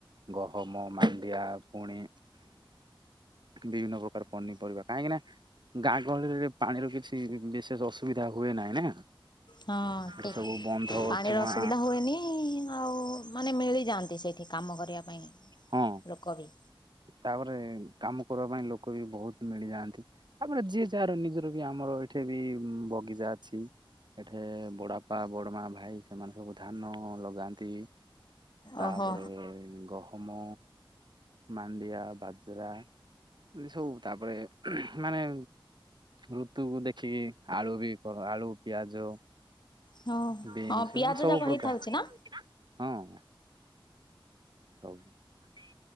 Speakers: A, on the right; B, on the left.
A: ଗହମ ମାଣ୍ଡିଆ ପୁଣି ବିଭିନ୍ନ ପ୍ରକାର ପନିପରିବା କାହିଁକି ନା ଗାଁ ଗହଳିରେ। ପାଣିର କିଛି ବିଶେଷ ଅସୁବିଧା ହୁଏ ନାହିଁ ନା।
B: ହଁ
A: ଏଠି
B: ଠିକ୍।
A: ସବୁ ବନ୍ଧ
B: ପାଣିର
A: ଚୁଆଁ
B: ଅସୁବିଧା ହୁଏନି। ଆଉ ମାନେ ମିଳିଯାଆନ୍ତି ସେଇଠି କାମ କରିବା ପାଇଁ।
A: ହଁ
B: ଲୋକ ବି।
A: ତାପରେ କାମ କରିବା ପାଇଁ ଲୋକ ବି ବହୁତ ମିଳିଯାଆନ୍ତି। ତାପରେ ଯିଏ ଯାହାର ନିଜର ବି ଆମର ଏଇଠି ବି ବଗିଚା ଅଛି। ଏଠି ବଡ଼ାପା, ବଡ଼ମା, ଭାଇ ସେମାନେ ସବୁ ଧାନ ଲଗାନ୍ତି। ତାପରେ
B: ଓହୋ
A: ଗହମ। ମାଣ୍ଡିିଆ, ବାଜରା ଏଇ ସବୁ ତାପରେ ମାନେ। ଋତୁକୁ ଦେଖିକି ଆଳୁ ବି କ ଆଳୁ, ପିଆଜ।
B: ହଁ
A: ବିନ୍ସ
B: ହଁ ପିଆଜ
A: ମାନେ ସବୁ
B: ଯାକ
A: ପ୍ରକାର
B: ହେଇଥାଉଛି ନା?
A: ହଁ। ସବୁ ମାନେ